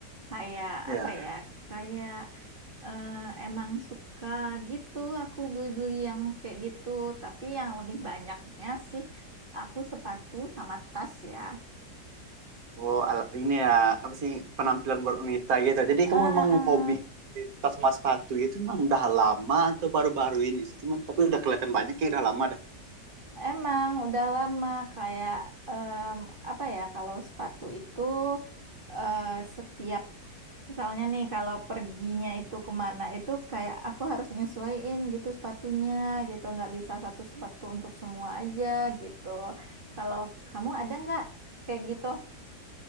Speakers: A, on the right; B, on the right.
A: Kayak
B: Iya.
A: apa ya? Kayak eh, emang suka gitu aku beli-beli yang kayak gitu. Tapi yang lebih banyaknya sih aku sepatu sama tas ya.
B: Oh, ala- ini ya, apa sih, penampilan berunita gitu. Jadi kamu
A: Eh,
B: memang
A: eh,
B: hobi tas sama sepatu gitu memang udah lama atau baru-baru ini sih? Cuman, tapi udah kelihatan banyak ya, udah lama dah.
A: emang udah lama kayak em, apa ya kalau sepatu itu eh, setiap Misalnya nih kalau perginya itu kemana itu kayak aku harus nyesuaiin gitu sepatunya gitu nggak bisa satu sepatu untuk semua aja gitu. Kalau kamu ada nggak kayak gitu?